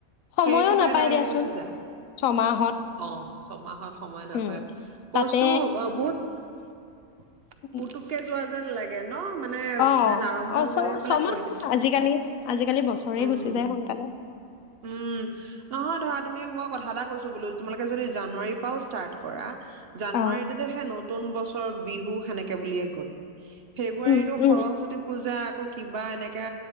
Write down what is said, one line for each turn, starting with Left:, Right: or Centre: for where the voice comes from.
Left: সময়ো
Right: সেইটোপাই
Left: নাপায়
Right: ডাইৰেক্ট
Left: দিয়াচোন
Right: গুছি যায়
Left: ছমাহত
Right: অ' ছমাহৰ সময় নাপাই
Left: উম
Right: কোৰ্চটো
Left: তাতে
Right: বহুত‌ <unintelligible>
Left: উম,
Right: পোটোকে পোৱা যেন লাগে। ন' মানে
Left: অ',
Right: যেন
Left: অ',
Right: আৰম্ভ
Left: অ', ছ-ছমাহ
Right: হৈ পেলাই পৰীক্ষা
Left: আজিকালি আজিকালি বছৰেই
Right: উম
Left: গুচি যায় সোনকালে।
Right: উম নহয় ধৰা তুমি মই কথা এটা কৈছো বোলো তোমালোকে যদি জানুৱাৰীৰ পৰাও ষ্টাৰ্ট কৰা জানুৱাৰীটোতে
Left: অ
Right: সেই নতুন বছৰ। বিহু হেনেকে বুলিয়ে গ'ল। ফেব্ৰুৱাৰীতো
Left: উম উম
Right: সৰস্বতী পূজা আকৌ কিবা এনেকে